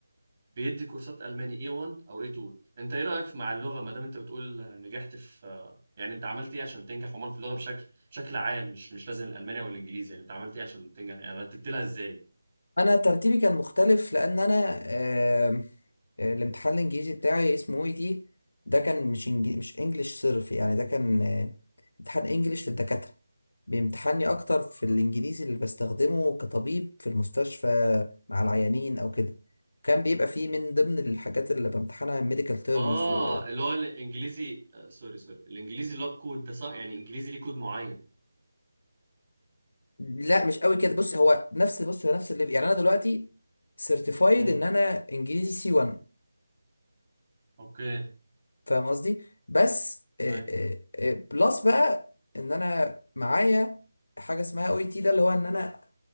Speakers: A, on the right; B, on the left.
A: بيدي كورسات الماني A1 او A2 انت ايه رايك في- مع اللغه ما دام انت بتقول نجحت في آه، يعني انت عملت ايه عشان تنجح عموما في اللغه بشكل بشكل عام مش مش لازم الالماني او الانجليزي يعني انت عملت ايه عشان تنجح يعني رتبت لها ازاي
B: انا ترتيبي كان مختلف لان انا آه، الامتحان الانجليزي بتاعي اسمه اي تي ده كان مش انجليش مش انجليش صرف يعني ده كان آه، امتحان انجليش للدكاترة بيمتحني اكتر في الانجليزي اللي بستخدمه كطبيب في المستشفى مع العيانين او كده كان بيبقى فيه من ضمن الحاجات اللي بامتحنها ميديكال تيرمز
A: اه
B: و...
A: اللي هو الانجليزي آه سوري سوري الانجليزي اللي هو بكود ده صح يعني انجليزي ليه كود معين
B: لا مش قوي كده بص هو نفس بص هو نفس الليفل يعني انا دلوقتي سيرتيفايد
A: امم
B: ان انا انجليزي سي 1
A: اوكي
B: فاهم قصدي بس آه،
A: ايوه
B: آه، آه، بلس بقى ان انا معايا حاجه اسمها او اي تي ده اللي هو ان انا